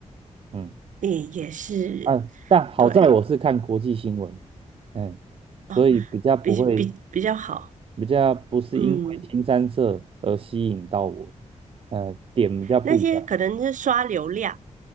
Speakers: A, on the right; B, on the right.
A: 嗯
B: 也也是
A: 啊，但好在我是看国际新闻，
B: 对
A: 嗯，
B: 哦，
A: 所以比较不会，
B: 比比比较好，
A: 比较不是因为新三色而吸引到我，
B: 嗯，
A: 呃，点比较不一样，
B: 那些可能是刷流量，